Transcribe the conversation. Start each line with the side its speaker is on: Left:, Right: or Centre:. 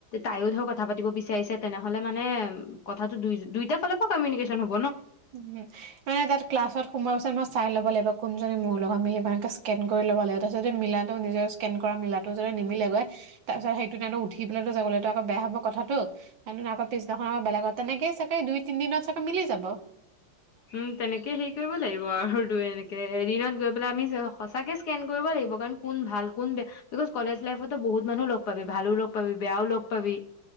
Left: তাইও ধৰ কথা পাতি বিচাৰিছে তেনেহলে মানে কটোই দুই ফালৰ পৰা কিউনিকন হ
Right: উম মানে তাৰ ক্লাছত সোমাই মই চাই ল'ব লাগিব কোনজনী মোৰ লগত মিলি মকে স্কেন <unintelligible> কৰি ল'ব লাগে তাপিছত মিলাটো নিজেও স্কেন কৰা মিলাটো যতে নিমিলেগৈ তাৰ পিছত সেইটো তে উঠি <unintelligible> পেলেতো <unintelligible> যাবলৈতো আকৌ হব কথাটো সেইদি আকৌ পিদিনানৰ বেলেগৰ তেনেকে চাগে দুই তিনি দিনত চাগে মিলি যাব
Left: উম তেনেকে হেৰি কৰিব লাগিব আৰু এনেকে এদিনত গৈ পেলাই আমি সঁচাকে স্কেন কৰিব লাগিব কাৰণ কোন ভাল কোন বেয়া বিকজ কলেজ লাইফতো বহুত মানুহ লগ পাবি ভালো লগ পাবি বেয়াও লগ পাবি